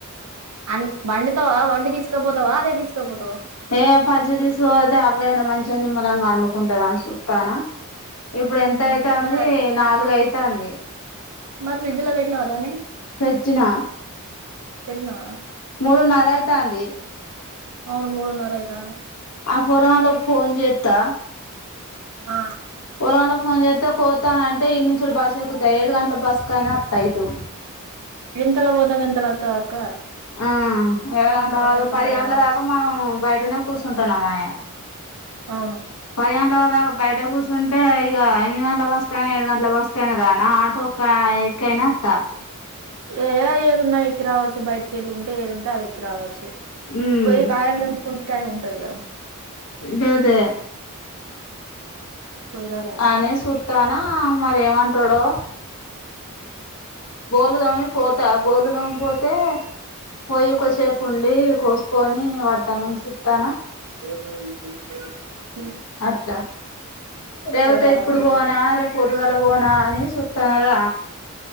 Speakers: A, on the right (about 80°); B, on the left (about 85°).
A: అన్ బండి వత్తవా వండి తీసుకపోతవా అదే తీసుకపోతవా
B: ఏ పచ్చిది తీసుకపోతే అట్లయిన మంచిగా నిమ్మళంగా వండుకుంటది అనుసు తేనా ఇప్పుడు ఎంత
A: ఆ
B: అయితుంది
A: మరి అట్లా
B: నాలుగైదు తేండి
A: మరి ఫ్రిడ్జ్ లో పెట్టినవ దాన్ని
B: పెట్టినా
A: పెన్నా
B: మూడున్నర అయితాంది
A: అవును మూడున్నర అయితాంది
B: ఆ పోరగాళ్లకు ఫోన్ చేత్తా
A: ఆ
B: పురాణ ఫోన్ చేత్తే పోతానంటే ఈడ నుంచి ఈడ బస్సు ఎక్కుతా ఏడు గంటల బస్సుకయినా వత్తా ఇటు
A: ఎంతలా పోతావ్ ఎంతలా వత్తావ్ అక్క
B: ఆ ఏడు
A: తొమ్మిర
B: గంటల
A: పోయి తొమ్మిర
B: పది గంటల
A: రావచ్చు
B: దాకా మనం బయటనే కూర్చుంటున్నాం ఆయే
A: అవును
B: పది గంటలకా <unintelligible> బయట కూర్చుంటే ఇగ రెండు గంటల బస్కైనా ఏడు గంటల బస్సుకైన రానా ఆటో ఎక్కైనా వత్తా
A: ఏ ఏదున్నా ఎక్కి రావచ్చు బయటికి వెళ్ళి ఉంటే ఏది ఉంటే అది ఎక్కి రావచ్చు
B: ఉమ్
A: పోయి కాయాల కొంత టైం ఉంటాయి కదా
B: గదే
A: పోయిరా రాదు
B: అని చూత్తానా మరి ఏమంటడో బోళ్ళు తోమి పో త బోళ్ళుతోమి పోతే పోయి ఎక్కువసేపు ఉండి కోసుకొని వద్దామని చూత్తానా
A: గు <inaudible>
B: అట్లా రేవతే
A: పోయిరా
B: ఇప్పుడు
A: రాదు సప్పుడేక
B: పోనా రేపు పొద్దుగాల పోనా అని చూత్ తనదా